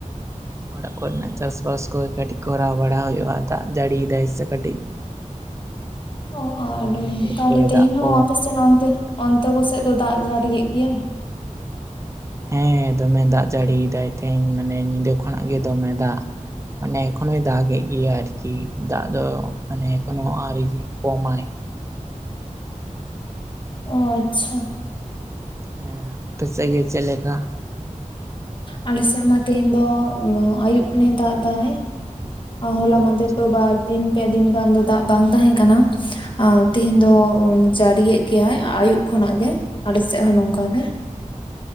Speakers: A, on the right (about 20°); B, on the left (about 40°).
A: ᱚᱲᱟᱜ ᱠᱚᱨᱮᱱᱟᱜ ᱪᱟᱥᱵᱟᱥ ᱠᱚ ᱠᱟᱹᱴᱤᱡ ᱠᱚᱨᱟᱣ ᱵᱟᱲᱟ ᱦᱩᱭᱩᱜᱼᱟ ᱫᱟᱜ ᱡᱟᱹᱲᱤᱭ ᱫᱟᱭ ᱥᱮ ᱠᱟᱹᱴᱤᱡ
B: ᱚ ᱟ ᱟᱰᱤ
A: ᱢᱟᱱᱮ ᱵᱟᱹᱫᱽ
B: ᱛᱟᱦᱚᱞᱮ
A: ᱠᱚᱨᱮ
B: ᱛᱮᱦᱮᱧ
A: ᱫᱟᱜ ᱠᱚ
B: ᱦᱚᱸ ᱟᱯᱮ ᱥᱮᱱ
A: ᱛᱚᱸᱵᱟ
B: ᱚᱱᱛᱮ
A: ᱟᱠᱟᱱᱟ
B: ᱚᱱᱛᱮ ᱠᱚᱥᱮᱫ ᱫᱚ ᱫᱟᱜ ᱡᱟᱹᱲᱤᱭᱮᱫ ᱜᱮᱭᱟ?
A: ᱦᱮᱸ ᱫᱚᱢᱮ ᱫᱟᱜ ᱡᱟᱹᱲᱤᱭᱮᱫᱟᱭ ᱛᱮᱦᱤᱧ ᱢᱟᱱᱮ ᱧᱤᱫᱟᱹ ᱠᱷᱚᱱᱟᱜ ᱜᱮ ᱫᱚᱢᱮ ᱫᱟᱜ ᱾ ᱢᱟᱱᱮ ᱮᱠᱷᱚᱱᱚᱭ ᱫᱟᱜ ᱮᱫ ᱜᱮᱭᱟ ᱟᱨᱠᱤ ᱫᱟᱜ ᱫᱚ ᱢᱟᱱᱮ ᱮᱠᱷᱚᱱᱳ ᱟᱨᱤ ᱠᱚᱢᱟᱭ
B: ᱚ ᱟᱪᱪᱷᱟ
A: ᱦᱮ ᱟᱯᱮ ᱥᱮᱜ ᱜᱮ ᱪᱮᱫᱞᱮᱠᱟ?
B: ᱟᱞᱮᱥᱮᱫ ᱢᱟ ᱛᱮᱦᱮᱧ ᱫᱚ ᱟᱭᱩᱵ ᱠᱷᱚᱱᱮ ᱫᱟᱜ ᱮᱫᱟ ᱾ ᱟ ᱦᱚᱞᱟ
A: ᱟᱪᱪᱷᱟ
B: ᱢᱟᱫᱷᱮᱨ ᱫᱚ ᱵᱟᱝ ᱫᱤᱱ ᱯᱮ ᱫᱤᱱ ᱜᱟᱱ ᱫᱚ ᱫᱟᱜ ᱵᱟᱝ ᱛᱟᱦᱮᱸ ᱠᱟᱱᱟ ᱾ ᱟᱨ ᱛᱮᱦᱮᱧ ᱫᱚ ᱡᱟᱹᱲᱤᱭᱮᱫ ᱜᱮᱭᱟᱭ ᱟᱭᱩᱵ ᱠᱷᱚᱱᱟᱜ ᱜᱮ ᱟᱞᱮ ᱥᱮᱫ ᱦᱚᱸ ᱱᱚᱝᱠᱟ ᱜᱮ ᱾